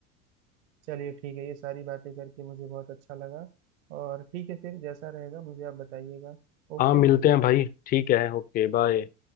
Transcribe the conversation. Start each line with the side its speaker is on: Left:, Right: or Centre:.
Right: चलिए ठीक है ये सारी बातें करके मुझे बहुत अच्छा लगा और ठीक है फिर जैसा रहेगा मुझे आप बताइएगा ओके
Left: हाँ मिलते हैं भाई ठीक है ओके बाय